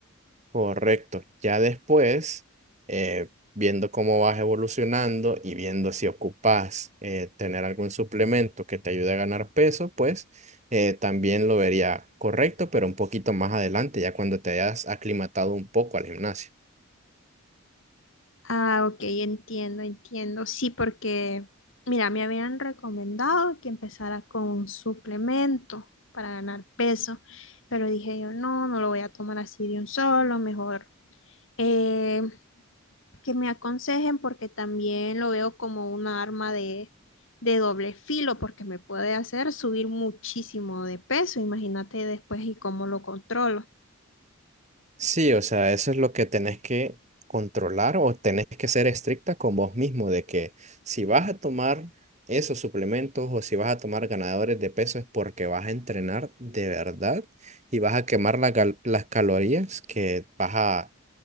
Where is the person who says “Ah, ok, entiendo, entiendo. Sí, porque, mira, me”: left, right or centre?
Left